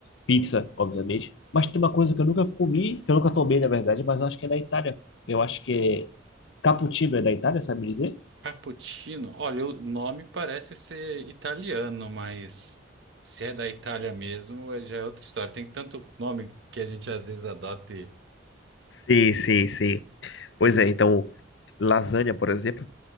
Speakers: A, on the left; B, on the right.
A: pizza, obviamente. Mas tem uma coisa que eu nunca comi, que eu nunca tomei, na verdade, mas eu acho que é da Itália. Eu acho que é cappuccino é da Itália, sabe me dizer?
B: Cappuccino, olha, o nome parece ser italiano, mas se é da Itália mesmo, aí já é outra história. Tem tanto nome que a gente às vezes adota e,
A: Sim, sim, sim. Pois é, então, lasanha, por exemplo,